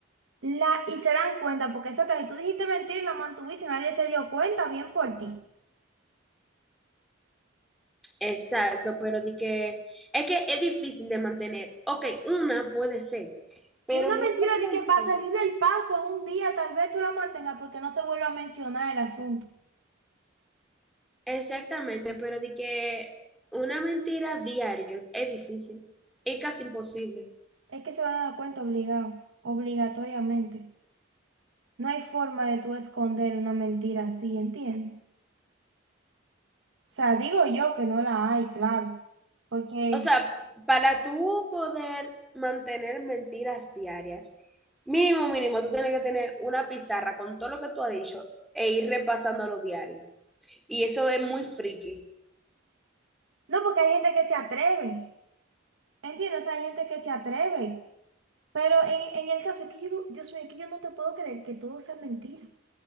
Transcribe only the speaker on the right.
la, y se dan cuenta, porque esa otra, y tú dijiste mentira y la mantuviste y nadie se dio cuenta bien por ti.
Y una
mentira
de que para salir del paso un día tal vez tú la mantengas porque no se vuelva a mencionar el asunto.
Es que se van a dar cuenta obligado, obligatoriamente. No hay forma de tú esconder una mentira así, ¿entiendes? O sea, digo yo que no la hay, claro. Porque,
no, porque hay gente que se atreve. ¿Entiendes? O sea, hay gente que se atreve. Pero en, en el caso es que yo, no- Dios mío, es que yo no te puedo creer que todo sea mentira. O